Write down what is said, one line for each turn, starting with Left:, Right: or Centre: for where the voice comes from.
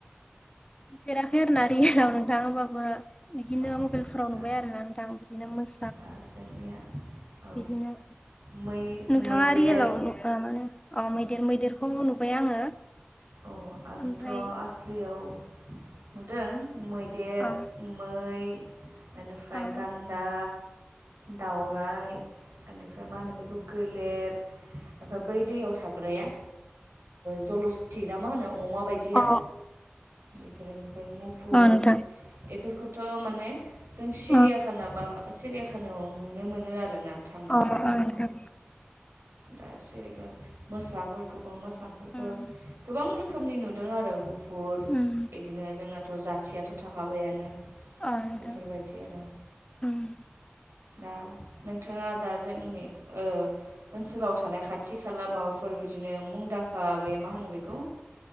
Left: नुफेराखै आरो ना रियेलाव नोंथां। होमबाबो बिदिनो
Right: औ
Left: मबाइलफोराव
Right: दा
Left: नुबाय आरो ना नोंथां बिदिनो मो
Right: दा जोंनिया औ
Left: बिदिनो
Right: मै
Left: नोंथाङा
Right: मैदेर
Left: रियेलाव मा होनो अ मैदेर मैदेर खौ नुबाय आङो।
Right: औ आंथ'
Left: ओमफ्राय
Right: आसलियाव नुदों, मैदेर,
Left: अ
Right: मै बेनिफ्राय
Left: अ
Right: गान्दा, दाउराइ बेनिफ्राय मा होनो बेखौ गोलेर ओमफ्राय बै दैयाव थाग्राया जलस्थि ना मा होनो अमा बायदिया?
Left: अ
Right: बेफोरो ओमफ्राय मुफुर
Left: अ नोंथां
Right: बेफोरखौ थ' माने जों सिरियाखाना
Left: अ
Right: बा सिरियाखानायाव नुनो मोनो आरोना। थांबाथाय
Left: अ
Right: बेफोरखौ
Left: अ नोंथां
Right: दा सेरेखम मोसाफोरखौ बे मोसाखौबो
Left: उम
Right: गोबां रोखोमनि नुदों आरो गुफुर
Left: उम
Right: बिदिनो जोंनाथ' जाथियाथ' थाखाबायानो
Left: आदा
Right: बेफोरबायदि आरो
Left: ओम
Right: दा नोंथाङा दा जोंनि ओ ओनसोलाव थानाय खाथि खाथि खाला माबाफोर बिदिनो मुंदांखा बे मा होनो बेखौ